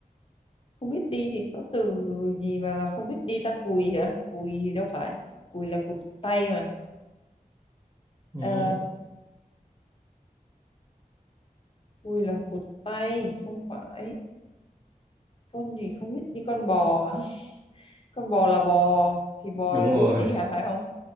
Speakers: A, on the left; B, on the right.
A: không biết đi thì có từ gì mà là không biết đi ta cùi hả cùi thì đâu phải cùi là cụt tay mà
B: ừ,
A: Ờ, cùi là cụt tay không phải con gì không biết đi con bò hả con bò là bò thì bò
B: đúng
A: là
B: rồi
A: chưa biết đi hả phải không